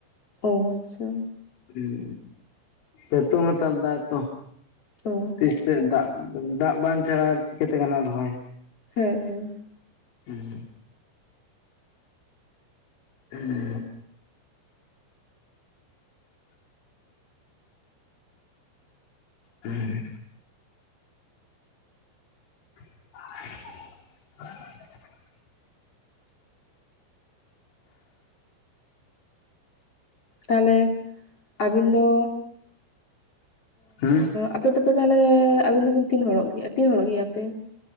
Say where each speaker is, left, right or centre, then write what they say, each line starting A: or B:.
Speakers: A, on the left; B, on the left.
A: ᱚᱻ ᱟᱪᱪᱷᱟ᱾
B: ᱦᱮᱸ ᱥᱤᱛᱩᱝ ᱦᱟᱛᱟᱲ ᱫᱟᱭ ᱛᱚ
A: ᱚᱻ
B: ᱛᱤᱥᱮᱫ ᱫᱟᱜ ᱫᱟᱜ ᱵᱟᱝ ᱛᱮ ᱪᱤᱠᱟᱹᱛᱮ ᱜᱟᱱᱚᱜ ᱟᱨᱦᱚᱭ᱾
A: ᱦᱩᱭᱸ ᱦᱩᱭᱸ
B: ᱦᱩᱢᱸ ᱦᱮᱸ ᱦᱮᱸ <inaudible>
A: ᱛᱟᱦᱚᱞᱮ ᱟᱹᱵᱤᱱ ᱫᱚᱼᱼ
B: ᱦᱮᱸ
A: ᱟᱯᱮ ᱫᱚᱯᱮ ᱛᱟᱦᱚᱞᱮ ᱟᱵᱤᱱ ᱫᱚᱵᱤᱱ ᱛᱤᱱ ᱦᱚᱲᱚᱜ ᱜᱮᱭᱟ ᱛᱤᱱ ᱦᱚᱲᱚᱜ ᱜᱮᱭᱟᱯᱮ?